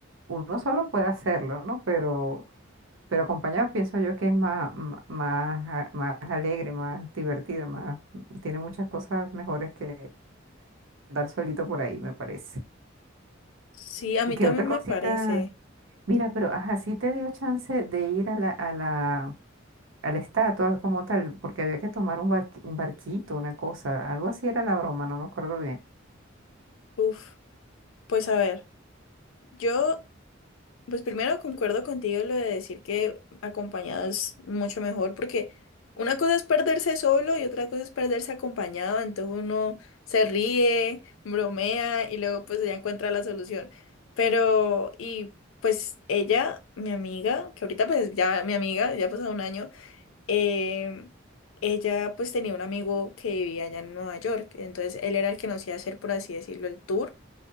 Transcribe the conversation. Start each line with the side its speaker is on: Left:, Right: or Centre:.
Right: uno solo puede hacerlo, ¿no? Pero, pero acompañado pienso yo que es más, m- más, a- más alegre, más divertida, más, tiene muchas cosas mejores que andar solito por ahí, me parece.
Left: Sí, a
Right: ¿Y
Left: mí
Right: qué
Left: también
Right: otra cosita?
Left: me parece.
Right: Mira, pero ajá, sí te dio chance de ir a la, a la, a la estatua como tal, porque había que tomar un barqui- un barquito, una cosa, algo así era la broma, no me acuerdo bien.
Left: Uf, pues a ver, yo Pues primero concuerdo contigo en lo de decir que acompañado es mucho mejor, porque una cosa es perderse solo y otra cosa es perderse acompañado, entonces uno se ríe, bromea y luego pues ya encuentra la solución. Pero, y pues ella, mi amiga, que ahorita pues ya mi amiga, ya ha pasado un año, em, ella pues tenía un amigo que vivía allá en Nueva York, entonces él era el que nos iba a hacer, por así decirlo, el tour.